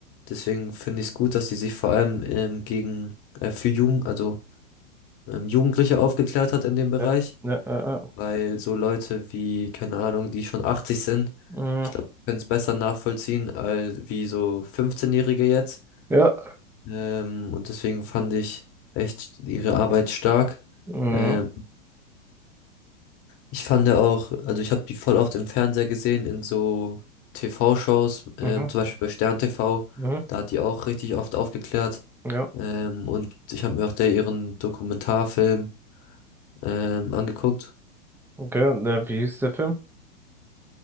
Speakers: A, on the left; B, in the centre.
A: Deswegen finde ich es gut, dass sie sich vor allem ähm, gegen äh, für Jugend, also ähm, Jugendliche aufgeklärt hat in dem Bereich
B: Ja. Ja. Ja. Ja. Ja.
A: weil so Leute wie, keine Ahnung, die schon 80 sind,
B: Mhm.
A: ich glaube, können es besser nachvollziehen als wie so 15-Jährige jetzt.
B: Ja.
A: Ähm, und deswegen fand ich echt ihre Arbeit stark.
B: Mhm,
A: Ähm, ich fand ja auch, also ich habe die voll oft im Fernseher gesehen, in so TV-Shows, ähm,
B: mhm,
A: zum Beispiel bei Stern TV,
B: mhm,
A: da hat die auch richtig oft aufgeklärt.
B: ja,
A: Ähm, und ich habe mir auch da ihren Dokumentarfilm ähm, angeguckt.
B: okay. Und, Äh, wie hieß der Film?